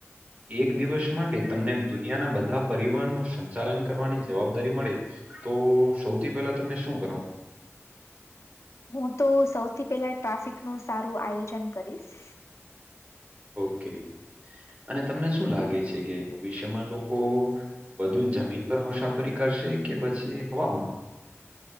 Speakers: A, on the right; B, on the left.
A: એક દિવસ માટે તમને દુનિયાના બધા પરિવહનું સંચાલન કરવાની જવાબદારી મળે. તો સૌથી પહેલા તમે શું કરો?
B: હું તો સૌથી પેલા ટ્રાફિકનું સારું આયોજન કરીશ.
A: ઓકે અને તમને શું લાગે છે કે ભવિષ્યમાં લોકો બધું જમીન પર મુસાફરી કરશે કે પછી હવામા